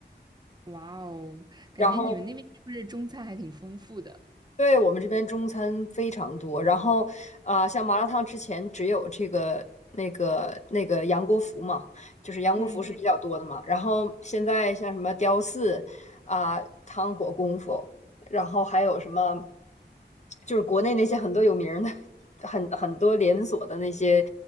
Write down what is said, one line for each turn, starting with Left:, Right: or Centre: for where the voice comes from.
Right: 哇哦，感觉你们那边是不是中餐还挺丰富的？
Left: 然后对，我们这边中餐非常多，然后啊、呃像麻辣烫之前只有这个那个那个杨国福嘛，就是杨国福是比嗯较多的嘛。
Right: 嗯
Left: 然后现在像什么雕四啊、汤火功夫，然后还有什么，就是国内那些很多有名儿的、很很多连锁的那些